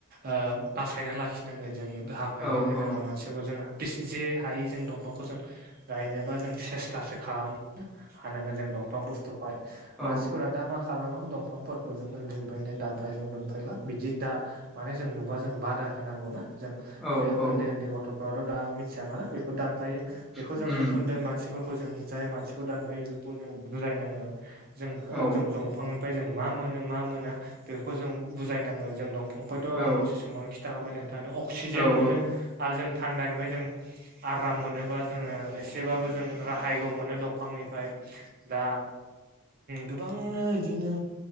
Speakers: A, on the right; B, in the centre.
A: आ बाहायना‌ लाखि नांगोन जों फायनो
B: औ
A: होनङा
B: औ
A: मानसि जों जे हायि जों दंफांखौ जों गायनोबा जों सेस्थासो खालाम हानांगोन जों दंफां बुस्थुखौहाय
B: औ
A: मानसिफोरा दा मा खालामो दंफांफोर खौ जों उन्दैनिफ्रायनो दानफायलु दुनफायला बिदि दा माने जों नुबा जों बादा होनांगौ ना जों
B: औ
A: बे
B: औ
A: उन्दै उन्दै गथ'फोराथ दा मिथिया नालाय बेफोर दानफायो बेखौ
B: उम
A: जों ओन्दै मानसिफोरखौ जों जाय मानसिखौ दानफायो बेखौ जों बुजायनांगोन जों
B: औ
A: जों दंफांनिफ्राय जों मा मोनो मा मोना बेफोरखौ जों बुजायनांगोन जों दं फंफबायथ
B: औ
A: आं दसे समावनो खिन्थाखाबाय नोंथांनो अक्सिजेन
B: औ
A: मोनो आरो जों थान्दानिफ्राय जों आराम मोनोबा जोङो एसेबाबो जों राहायग मोनो दंफांनिफ्राय दा गोबांनो इदिनो